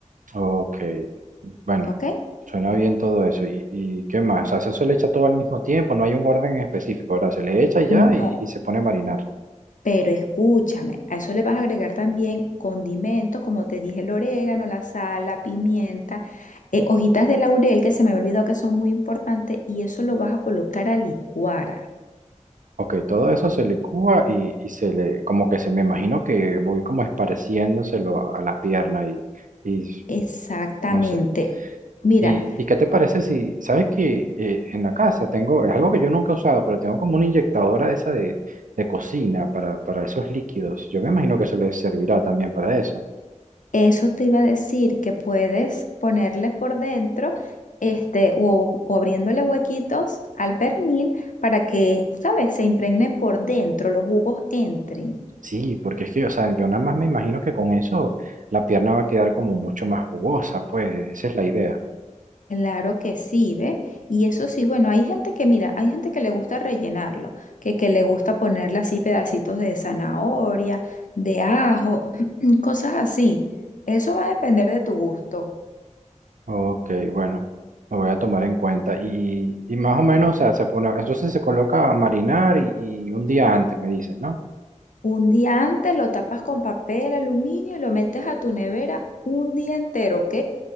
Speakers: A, on the right; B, on the left.
A: Ok, bueno,
B: ¿ok?
A: suena bien todo eso. ¿Y, y qué más? O sea, eso se le echa todo al mismo tiempo, no hay un orden en específico, ¿verdad? Se le echa y ya
B: No,
A: y, y se pone a marinar.
B: pero escúchame, a eso le vas a agregar también condimentos, como te dije, el orégano, la sal, la pimienta, eh, hojitas de laurel que se me había olvidado que son muy importantes y eso lo vas a colocar a licuar.
A: Ok, todo eso se licúa y, y se le, como que se me imagino que voy como esparciéndoselo a la pierna y, y
B: Exactamente.
A: no sé.
B: Mira,
A: ¿Y, y qué te parece si, sabes que eh, en la casa tengo, es algo que yo nunca he usado, pero tengo como una inyectadora esa de, de cocina para, para esos líquidos. Yo me imagino que eso le servirá también para eso.
B: Eso te iba a decir que puedes ponerles por dentro, este, o, o abriéndole huequitos al pernil para que, ¿sabes?, se impregne por dentro, los jugos entren.
A: Sí, porque es que, o sea, yo nada más me imagino que con eso la pierna va a quedar como mucho más jugosa, pues esa es la idea.
B: Claro que sí, ¿ve? Y eso sí, bueno, hay gente que, mira, hay gente que le gusta rellenarlo, que, que le gusta ponerle así pedacitos de zanahoria, de ajo, <clears throat> cosas así. Eso va a depender de tu gusto.
A: Ok, bueno, lo voy a tomar en cuenta. Y, y más o menos, o sea, se pone, entonces se coloca a marinar y, y un día antes, me dices, ¿no?
B: Un día antes lo tapas con papel aluminio y lo metes a tu nevera un día entero, ¿ok?